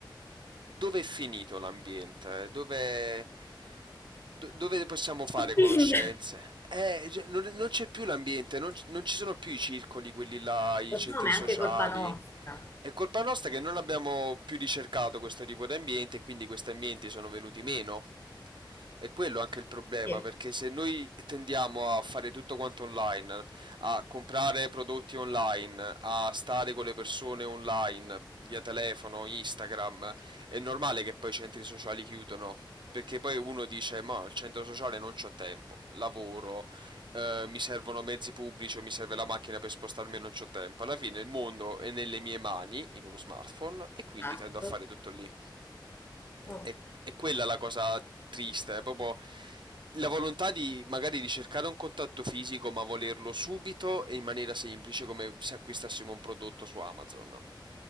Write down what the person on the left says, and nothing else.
Quindi,
Lo
so, ma
è anche colpa nostra.
Sì,
Esatto.
Mm.